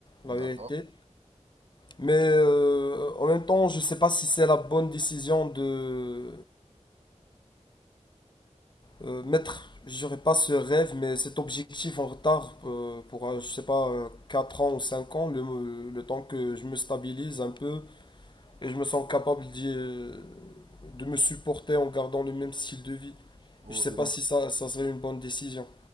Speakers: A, on the left; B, on the right.
A: la vérité.
B: D'accord.
A: Mais euh, en même temps, je sais pas si c'est la bonne décision de euh, mettre, je dirais pas ce rêve, mais cet objectif en retard euh, pour, euh, je sais pas, euh, 4 ans ou 5 ans, le, le temps que je me stabilise un peu Et je me sens capable d'y, euh, de me supporter en gardant le même style de vie.
B: Ok,
A: Je sais pas
B: donc,
A: si ça, ça serait une bonne décision.